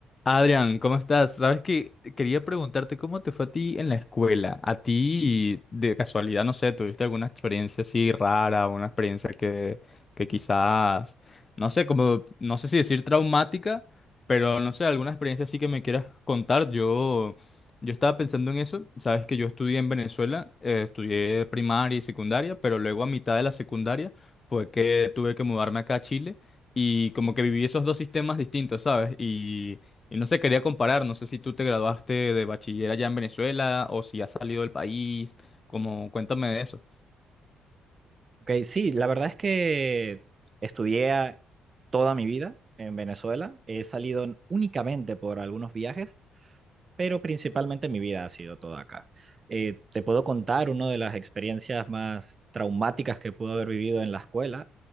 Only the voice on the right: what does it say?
Ok, sí, la verdad es que estudié toda mi vida en Venezuela. He salido únicamente por algunos viajes, pero principalmente mi vida ha sido toda acá. Eh, te puedo contar una de las experiencias más traumáticas que pude haber vivido en la escuela,